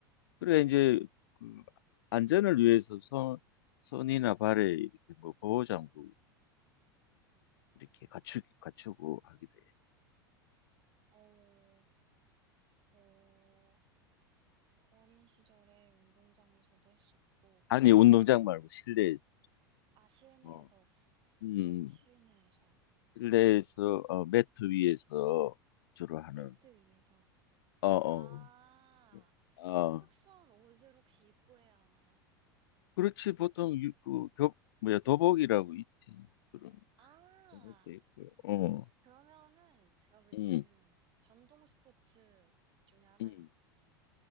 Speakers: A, on the left; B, on the right.
A: 그래 이제 그 안전을 위해서 손 손이나 발에 이렇게 뭐 보호 장구 이렇게 갖추 갖추고 하게 돼.
B: 어, 어, 어린 시절에 운동장에서도 했었고,
A: 아니 운동장 말고 실내에서.
B: 아, 실내에서,
A: 어, 음,
B: 어, 실내에서,
A: 실내에서 어, 매트 위에서 주로 하는
B: 매트 위에서.
A: 어, 어,
B: 아,
A: 어,
B: 특수한
A: 아,
B: 옷을 혹시 입고 해야 하나요?
A: 그렇지 보통 유, 그 교, 뭐야 도복이라고 있지 그런
B: 아,
A: 경우도 있고, 어,
B: 그러면은 제가 볼 때는
A: 음,
B: 전동 스포츠 중에 하나인
A: 음,
B: 것 같습니다.